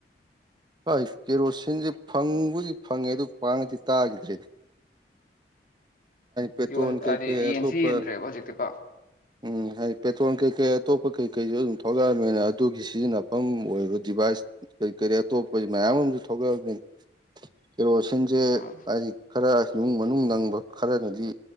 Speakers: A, on the right (about 25°); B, on the left (about 50°).
A: ꯍꯣꯏ ꯀꯦꯔꯣꯁꯤꯟꯁꯦ ꯐꯪꯕꯨꯗꯤ ꯐꯪꯉꯦ ꯑꯗꯨ ꯄꯥꯛꯅꯗꯤ ꯇꯥꯈꯤꯗ꯭ꯔꯦ ꯄꯦꯇ꯭ꯔꯣꯜ
B: ꯌꯣꯟ
A: ꯀꯩꯀꯩ
B: ꯍꯥꯏꯗꯤ ꯌꯦꯟꯁꯨ
A: ꯑꯇꯣꯞꯄ
B: ꯌꯦꯟꯗ꯭ꯔꯦꯕ ꯍꯧꯖꯤꯛꯇꯤ
A: ꯎꯝ ꯍꯥꯏꯗꯤ ꯄꯦꯇ꯭ꯔꯣꯜ ꯀꯩꯀꯩ ꯑꯇꯣꯞꯄ ꯀꯩꯀꯩꯁꯨ ꯑꯗꯨꯝ ꯊꯣꯛꯂꯛꯑꯕꯅꯤꯅ ꯑꯗꯨꯒꯤ ꯁꯤꯖꯤꯟꯅꯐꯝ ꯑꯣꯏꯔꯣ ꯗꯤꯚꯥꯏ ꯀꯔꯤ ꯀꯔꯤ ꯑꯇꯣꯞꯄ ꯃꯌꯥꯝ ꯑꯃꯁꯨ ꯊꯣꯛꯂꯛꯑꯥꯕꯅꯤꯅ ꯀꯦꯔꯣꯁꯤꯟꯁꯦ
B: ꯎꯝ
A: ꯍꯥꯏꯗꯤ ꯈꯔꯥ ꯏꯃꯨꯡ ꯃꯅꯨꯡ ꯅꯪꯕ ꯈꯔꯅꯗꯤ